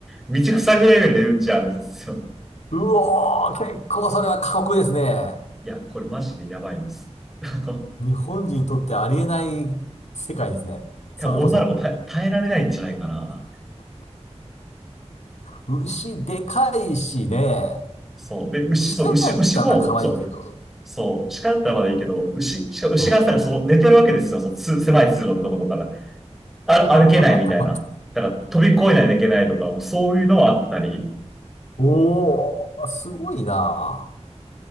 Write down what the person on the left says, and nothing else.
うおー、結構それは過酷ですね。
日本人にとってありえない世界ですね。それこそ。
牛でかいしね。
鹿やったら可愛いけど。
うん。
またまたまた。
おー、すごいな。